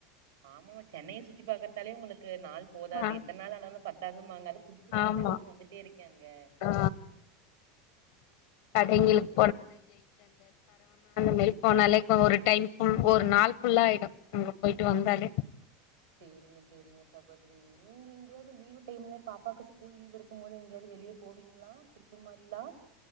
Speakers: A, on the right (about 90°); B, on the left (about 70°).
A: ஆமாம சென்னைய சுத்தி பாக்கறதாலே உங்களுக் கு நாள் போதாது.
B: ஆ
A: எத்தன் நாள் ஆனாலு பத்தாதும்பாங்க. அத புடதுசு புதுசா
B: ஆமா
A: எதோஒன்னு வந்துட்டே இருக்கே அங்க
B: ஆ கடைங்களுக்கு
A: சேரிங்க சேரி.
B: மேரி போனாலேகு ஒரு டைம்குள் ஒரு நாள் ஃபுல்லா ஆய்டு. அங்க போயிட்டு வந்தாலே
A: சேரிங்க சேரிங்க சகோதரி நீங்க எங்கயாவது லீவு டைம்ல பாப்பாக்கு ஸ்கூல் லீவ் இருக்கும் போது எங்கேயாது வெளிய போவீங்ளா? டிரிப்பு மாரிலா